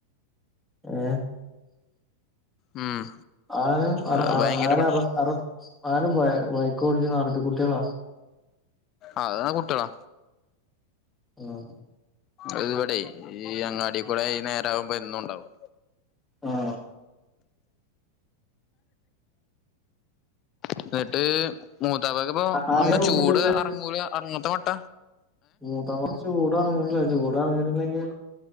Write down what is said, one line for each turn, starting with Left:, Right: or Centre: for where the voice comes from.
Centre: ഏഹ്
Left: ഉം
Centre: ആരും അറ
Left: അത്
Centre: അറ
Left: ഭയങ്കര
Centre: ആരാ
Left: പെ
Centre: ആറും അറും ആരും ബൈക്കോട്ടിപ്പ് നടത്തി കുട്ട്യാളാ
Left: ആഹ് അതാ കുട്ടികളാ
Centre: ഉം
Left: അതിവിടെ ഈ അങ്ങാടീ കൂടെ ഈ നേരാവുമ്പോ എന്നുണ്ടാവും
Centre: ആഹ്
Left: എന്നട്ട് മൂത്താപക്ക്പ്പൊ
Centre: ആരെ
Left: ഒന്ന്
Centre: റൂമിലില്ലേ
Left: ചൂട് അറങ്ങൂല അറങ്ങാത്തെ മട്ട
Centre: മൂത്താപ്പ ചൂടറ്‌ങ്ങ്ല്ല ചൂടറങ്ങി ഇറങ്ങിട്ടെങ്കിൽ